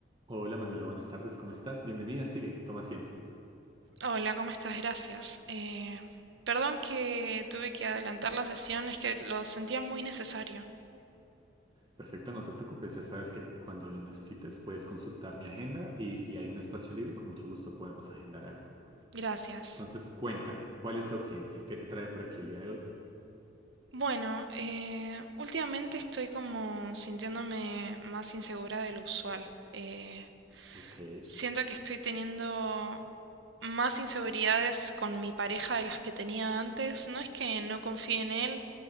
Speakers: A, on the right; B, on the right.
A: Hola Manuela, buenas tardes, ¿cómo estás? Bienvenida, sigue, toma asiento.
B: Hola, ¿cómo estás? Gracias. Eh, perdón que tuve que adelantar la sesión, es que lo sentía muy necesario.
A: Perfecto, no te preocupes, ya sabes que cuando lo necesites puedes consultar mi agenda y si hay un espacio libre, con mucho gusto podemos agendar algo.
B: Gracias.
A: Entonces, cuéntame, ¿cuál es la urgencia? ¿Qué te trae por aquí el día de hoy?
B: Bueno, eh, últimamente estoy como sintiéndome más insegura de lo usual. Eh,
A: Ok,
B: Siento que estoy teniendo más inseguridades con mi pareja de las que tenía antes. No es que no confíe en él,